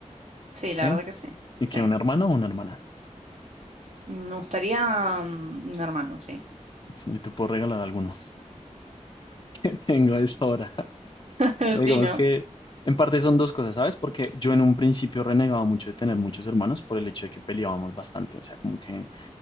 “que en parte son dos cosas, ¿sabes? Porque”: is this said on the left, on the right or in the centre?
Left